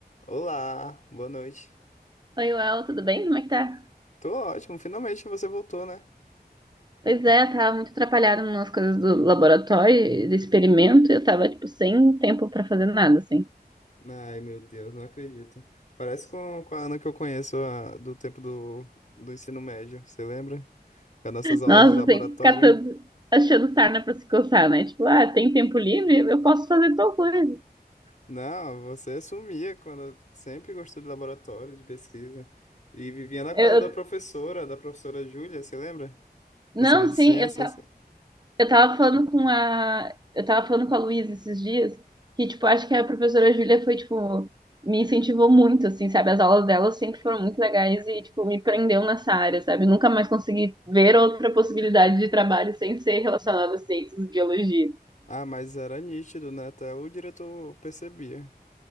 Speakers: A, on the left; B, on the right.
A: Olá, boa noite.
B: Oi, Uel, tudo bem? Como é que tá?
A: Tô ótimo, finalmente você voltou, né?
B: Pois é, eu tava muito atrapalhada nas coisas do laboratório, do experimento, e eu tava, tipo, sem tempo pra fazer nada, assim.
A: Ai, meu Deus, não acredito. Parece com, com a Ana que eu conheço a- do tempo do, do ensino médio, você lembra? Com as nossas aulas
B: Nossa,
A: de laboratório.
B: sem ficar todo achando sarna pra se coçar, né? Tipo, ah, tem tempo livre? Eu posso fazer tal coisa.
A: Não, você sumia quando sempre gostou de laboratório, de pesquisa. E vivia na cola
B: Eu,
A: da
B: eu-
A: professora, da professora Júlia, você lembra? Professora
B: não,
A: de
B: sim,
A: ciências.
B: eu, ta- Eu tava falando com a, eu tava falando com a Luísa esses dias que, tipo, acho que a professora Júlia foi, tipo, me incentivou muito, assim, sabe? As aulas dela sempre foram muito legais e, tipo, me prendeu nessa área, sabe? Nunca mais consegui ver outra possibilidade de trabalho sem ser relacionada a ciências e biologia.
A: Ah, mas era nítido, né? Até o diretor percebia.